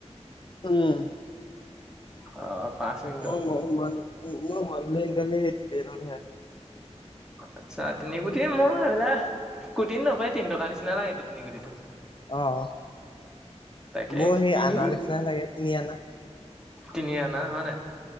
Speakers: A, on the left (about 45°); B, in the centre.
A: উম।
B: অ'। পাঁচ মিনিটত
A: অ' ম-ম-মান ম-মই মানথলি ইনকাম খিনি <unintelligible>
B: আচ্ছা, তিনি কোটি এ মোৰ এইবিলাক কোটি নকয় তিন টকাৰ নিচিনা লাগে তিনি কোটিটো।
A: অ',
B: তাকে
A: মোৰ সেই
B: তিনি
A: আনাৰ নিছিনা হে লাগে, তিনি আনা।
B: তিনি আনা হয় নে।